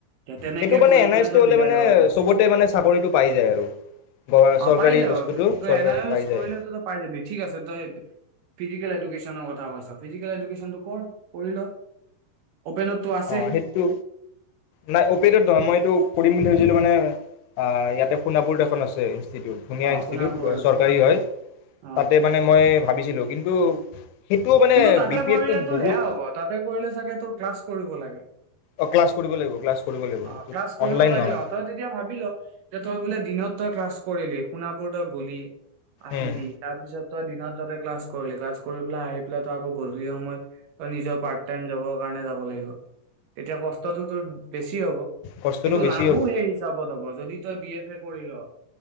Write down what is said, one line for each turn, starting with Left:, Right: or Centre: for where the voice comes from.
Right: তে তেনেকে
Left: সেইটো, মানে,
Right: কৰি
Left: এনআইএছটো
Right: পেলাই তই
Left: হ'লে,
Right: মিলাই
Left: মানে,
Right: যাব পাৰিবি
Left: চবতে, মানে, চাকৰিটো পাই যায় আৰু গ-
Right: অ',
Left: চৰকাৰী
Right: পাই যাব।
Left: বস্তুটো
Right: কি কয়,
Left: চৰকাৰী
Right: এনআইএছ
Left: পাই যায়
Right: কৰিলে তইতো পাই যাবি। ঠিক আছে। তই ফিজিকেল এডুকেচ <unintelligible> কৈছ, ফিজিকেল এডুকেছনটো কৰ, কৰি ল! অপেনতটো আছেই
Left: অ', সেইটো। নাই, অপেটোত নহয় মই এইটো কৰিম বুলি ভাবিছিলোঁ মানে, অ', ইয়াতে সোণাপুৰত এখন আছে ইনচ ইনষ্টিটিউট। ধুনীয়া
Right: অ
Left: ইনষ্টিটিউট
Right: সোণাপুৰত
Left: গ,
Right: আছে
Left: চৰকাৰী হয়।
Right: অ
Left: তাতে মানে মই ভাবিছিলোঁ, কিন্তু সেইটোও মানে
Right: কিন্তু তাতে
Left: বি পি
Right: কৰিলে
Left: এডটোত
Right: তোৰ
Left: বহুত
Right: সেয়া হ'ব, তাতে কৰিলে চাগে তোৰ ক্লাছ কৰিব লাগে।
Left: অ', ক্লাছ কৰিব লাগিব। ক্লাছ কৰিব লাগিব
Right: অ',
Left: সেইটো
Right: ক্লাছ কৰিব
Left: অনলাইন
Right: লাগিল
Left: নহয়।
Right: অ। তই তেতিয়া ভাৱি ল' যে তই বোলে, দিনত তই ক্লাছ কৰিলি, সোণাপুৰ তই গ'লি, আহিলি।
Left: উম।
Right: তাৰপিছত তই দিনত তাতে ক্লাছ কৰিলি। ক্লাছ কৰি পেলাই আহি পেলাই তই আকৌ গধূলি সময়ত, তই নিজৰ পাৰ্ট টাইম জবৰ কাৰণে যাব লাগিব। তেতিয়া কষ্টটো তোৰ বেছি হ'ব।
Left: কষ্টটো
Right: কিন্তু
Left: বেছি
Right: লাভো
Left: হ'ব
Right: সেই হিচাপত হ'ব, যদি তই বি এফ এ কৰি ল'।